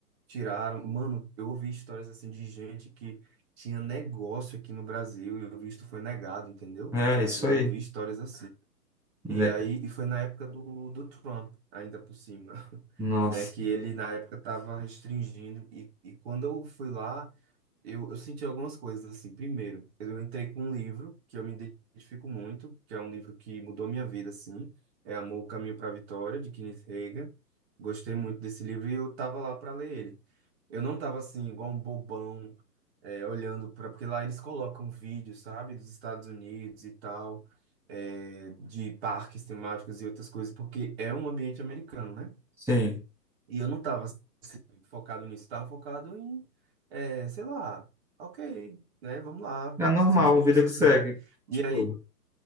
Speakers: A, on the right; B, in the centre.
A: tiraram. Mano, eu ouvi histórias assim de gente que tinha negócio aqui no Brasil e o visto foi negado, entendeu?
B: É, isso
A: Eu
B: aí.
A: ouvi histórias assim.
B: né?
A: E aí, e foi na época do, do Trump, ainda por cima, <laughs>
B: Nossa.
A: né? Que ele, na época, estava restringindo. E, e quando eu fui lá, eu, eu senti algumas coisas, assim. Primeiro, eu entrei com um livro que eu me identifico muito, que é um livro que mudou minha vida, assim. É Amor, o Caminho para a Vitória, de Kenneth Hagan. Gostei muito desse livro e eu tava lá para ler ele. Eu não tava, assim, igual um bobão, é, olhando para... Porque lá eles colocam vídeos, sabe? Dos Estados Unidos e tal é, de parques temáticos e outras coisas, porque é um ambiente americano, né?
B: Sim.
A: E eu não estava focado nisso, estava focado em, é, sei lá, ok, né? Vamos lá,
B: É normal,
A: seja o que
B: vida
A: Deus quiser.
B: que segue.
A: E
B: Tipo,
A: aí,